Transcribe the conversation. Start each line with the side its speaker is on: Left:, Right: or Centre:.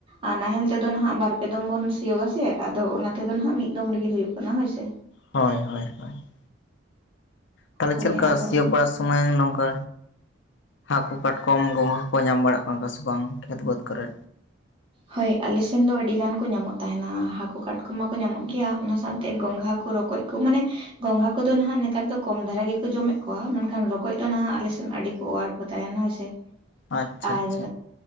Right: ᱟᱨ ᱱᱟᱦᱮᱞ ᱛᱮᱫᱚ ᱱᱟᱦᱟᱸᱜ ᱵᱟᱨᱯᱮ ᱫᱚᱢ ᱵᱚᱱ ᱥᱤᱭᱳᱜ ᱥᱮ ᱟᱫᱚ ᱚᱱᱟ ᱛᱮᱫᱚ ᱱᱟᱦᱟᱸᱜ ᱢᱤᱫ ᱫᱚᱢ ᱨᱮᱜᱮ ᱦᱩᱭᱩᱜ ᱠᱟᱱᱟ ᱦᱳᱭ ᱥᱮ᱾
Left: ᱦᱳᱭ ᱦᱳᱭ ᱦᱳᱭ ᱾ ᱛᱟᱦᱚᱞᱮ
Right: ᱦᱳᱭ
Left: ᱪᱮᱫ ᱞᱮᱠᱟ
Right: ᱟᱫᱚ
Left: ᱥᱤᱭᱳᱜ ᱵᱟᱲᱟ ᱥᱚᱢᱚᱭ ᱱᱚᱝᱠᱟ ᱦᱟᱹᱠᱩ ᱠᱟᱴᱠᱚᱢ ᱜᱚᱸᱜᱟ ᱠᱚ ᱧᱟᱢ ᱵᱟᱲᱟᱜ ᱠᱟᱱᱟ ᱠᱚ ᱥᱮ ᱵᱟᱝ ᱠᱷᱮᱛ ᱵᱟᱹᱫᱽ ᱠᱚᱨᱮ?
Right: ᱦᱳᱭ ᱟᱞᱮ ᱥᱮᱱ ᱫᱚ ᱟᱹᱰᱤ ᱜᱟᱱ ᱠᱚ ᱧᱟᱢᱚᱜ ᱛᱟᱦᱮᱱᱟ ᱦᱟᱹᱠᱩ ᱠᱟᱴᱠᱚᱢ ᱢᱟ ᱠᱚ ᱧᱟᱢᱚᱜ ᱜᱮᱭᱟ ᱚᱱᱟ ᱥᱟᱶᱛᱮ ᱜᱚᱸᱜᱟ ᱠᱚ ᱨᱚᱠᱚᱡ ᱠᱚ ᱢᱟᱱᱮ ᱜᱚᱸᱜᱟ ᱠᱚᱫᱚ ᱱᱟᱦᱟᱸᱜ ᱱᱮᱛᱟᱨ ᱫᱚ ᱠᱚᱢ ᱫᱷᱟᱨᱟ ᱜᱮᱠᱚ ᱡᱚᱢᱮᱫ ᱠᱚᱣᱟ ᱢᱮᱱᱠᱷᱟᱱ ᱨᱚᱠᱚᱡ ᱫᱚ ᱱᱟᱦᱟᱸᱜ ᱟᱞᱮ ᱥᱮᱱ ᱟᱹᱰᱤ ᱠᱚ ᱚᱣᱟᱨ ᱠᱚ ᱛᱟᱦᱮᱱ ᱦᱳᱭᱥᱮ
Left: ᱟᱪᱪᱷᱟ
Right: ᱟᱨ
Left: ᱟᱪᱪᱷᱟ